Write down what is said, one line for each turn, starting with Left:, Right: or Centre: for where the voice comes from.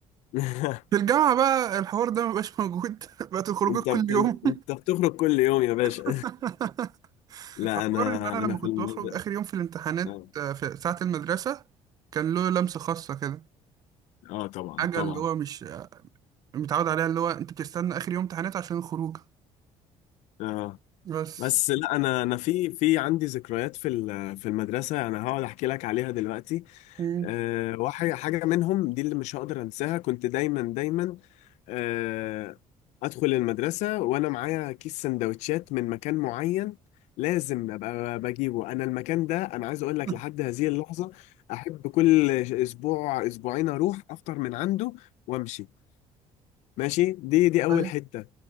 Left: <laughs>
Right: في الجامعه بقى الحوار ده مبقاش موجود <laughs> بقت الخروجات
Left: انت
Right: كل
Left: بت...
Right: يوم
Left: انت بتخرج كل يوم يا باشا
Right: <laughs>
Left: <laughs> لا
Right: فحوار
Left: انا
Right: ان انا
Left: انا
Right: لما
Left: في
Right: كنت
Left: المدرسة
Right: بخرج اخر يوم في الامتحانات
Left: اه
Right: آه، في ساعه المدرسه كان له لمسه خاصه كده
Left: آه، طبعا
Right: حاجه
Left: طبعا
Right: اللي هو مش متعود عليها اللي هو انت بتستنى اخر يوم امتحانات عشان الخروج
Left: اه
Right: بس
Left: بس لا انا انا في في عندي ذكريات في ال- في المدرسة انا هقعد احكي لك عليها دلوقتي
Right: مم.
Left: أه واحد حاجة منهم دي اللي مش هقدر انساها كنت دايما دايما آه، ادخل المدرسه وانا معايا كيس سندوتشات من مكان معين لازم ابقى بجيبه انا المكان ده انا عايز اقول لك
Right: <laughs>
Left: لحد هذه اللحظه احب كل اسبوع اسبوعين اروح افطر من عنده وامشي ماشي دي دي اول
Right: أيوة.
Left: حته